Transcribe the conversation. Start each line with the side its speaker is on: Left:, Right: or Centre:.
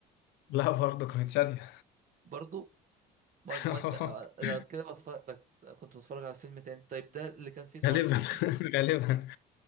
Left: لا برضه كانت شاديه
Right: برضه ما
Left: <laughs>
Right: ما ما- أنا كده بف- بك- كنت بتفرج على فيلم تاني طيب ده اللي كان فيه سعاد
Left: غالبا
Right: حسني
Left: <laughs> غالبا